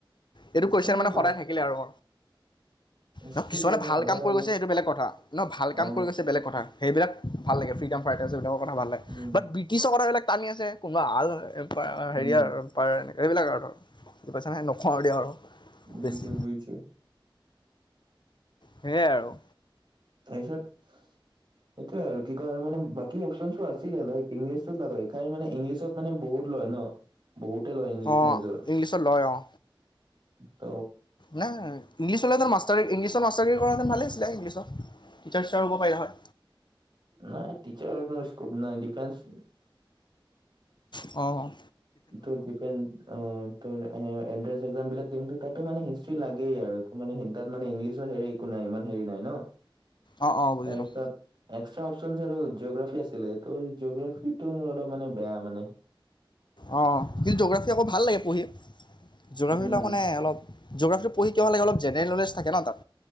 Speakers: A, on the left (about 55°); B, on the right (about 55°).
A: এইটো
B: নিশ্চয়
A: কুৱেশ্যন মানে
B: বাক
A: সদায় থাকিলে আৰু
B: হিষ্ট্ৰী
A: ন কিছুমানে ভাল
B: আৰু
A: কাম কৰি
B: আৰু
A: গৈছে সেইটো বেলেগ কথা ন ভাল
B: অ
A: কাম কৰি গৈছে বেলেগ কথা সেইবিলাক ভাল লাগে ফ্ৰী দম ফাইটাচ বিলাকৰ কথা ভাল লাগে,
B: উম
A: বাট ব্ৰিটিছৰ কথাবিলাক টানি আছে, কোনোবা <unintelligible> কোনোবা
B: উম
A: হেৰি আৰু। পাৰে এইবিলাক আৰু পইচাহে নোখাওঁ আৰু দিয়ক,
B: বুজিছো
A: বেছি
B: বুজিছো
A: সেয়েই আৰু।
B: তাৰপিছত সেইটোয়ে আৰু কি কয় আৰু মানে বাকী অপচনচো আছিলে, লাইক ইংলিছত নাযাবি খালি মানে ইংলিছত মানে বহুত লয় ন। বহুতে লয় ইংলিছ
A: অঁ
B: মেজৰ
A: ইংলিছত লয় অঁ
B: ত'
A: নাই ইংলিছ ললে মাষ্টাৰ, ইংলিছত মাষ্টাৰ ডিগ্ৰী কৰা হ'লে ভালেই আছিলে ইংলিছত, টিচাৰ চিচাৰ হ'ব পাৰিলা হয়।
B: নাই টিচাৰত ইমান স্কোপ নাই ডিফেন্স
A: অ'।
B: তোৰ ডিফেন অ' তোৰ এণ্ট্ৰেন্স এক্সাম বিলাক দিমটো। তাতো মানে হিষ্টি লাগেই আৰু একো মানে সেই তাত মানে ইংলিছৰ হেৰি একো নাই, ইমান হেৰি নাই ন'।
A: অঁ অঁ বুজিলোঁ
B: এই তাত এক্সট্ৰা অপচন আৰু জ'গ্ৰাফী আছিলে, ত জ'গ্ৰাফিটো অলপ মানে বেয়া মানে।
A: অ' কিন্তু জি'গ্ৰাফী আকৌ ভাল লাগে পঢ়ি, জি'গ্ৰাফীবিলাক
B: উম,
A: মানে অলপ জি'গ্ৰাফী পঢ়ি কিয় ভাল লাগে অলপ জেনেৰেল নলেজ থাকে ন' তাত,